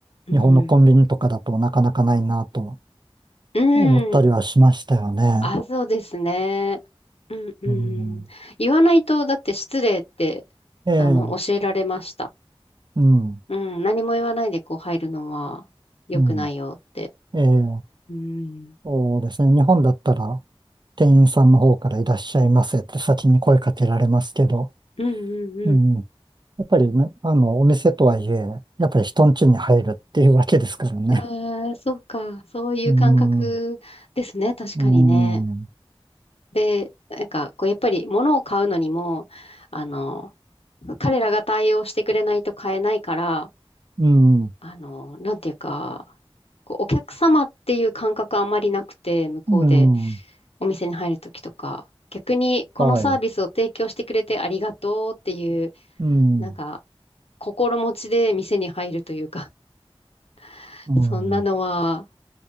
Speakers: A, on the left; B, on the right.
A: うん。
B: 日本のコンビニとかだとなかなかないなと
A: う
B: 思ったりはしましたよね。
A: ん。あ、そうですね。うんう
B: うん。
A: ん。言わないと、だって失礼って、
B: ええ、
A: あの、教えられました。
B: うん、
A: うん。何も言わないでこう入るのは良くないよって。
B: うん、ええ、
A: うん。
B: そうですね。日本だったら、店員さんの方からいらっしゃいませって先に声かけられますけど、
A: うんうんうん
B: うん、やっぱりね、あの、お店とはいえ、やっぱり人ん家に入るっていうわけですからね。
A: ああ、そうか。そういう感覚ですね。
B: うん、う
A: 確かにね。
B: ん、
A: で、なんか、こう、やっぱり物を買うのにも、あの、彼らが対応してくれないと買えないから、
B: うん、
A: あの、なんていうか、こう、お客様っていう感覚あんまりなくて、向こうで
B: うん、
A: お店に入るときとか、逆にこのサービスを提供してくれてありがとうっていう、
B: はい、うん、
A: なんか、心持ちで店に入るというか、<laughs>
B: うん、
A: そんなのは